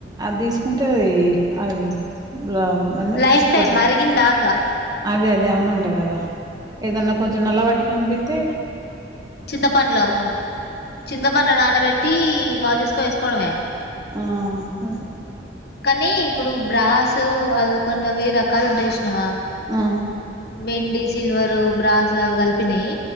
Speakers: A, on the right; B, on the left.
A: అది తీసుకుంటే అది అది <unintelligible> మ
B: లైఫ్ టైం
A: కొద్ది
B: మరిగిందాకా
A: అదే అదే ఏమన్నా ఉంటదా అదా ఏదన్నా కొంచెం నల్ల పడ్డట్టు అనిపితే
B: చింతపంలు చింతపంలో నానబెట్టి వాష్ జేసుకోని వేసుకోవడమే
A: ఆ అదే
B: కానీ ఇప్పుడు బ్రాస్ అది కొన్ని అవి రకాలు ఉంటయి చూసినవా
A: ఆ
B: వెండి సిల్వర్ బ్రాస్ అవి కలిపినయి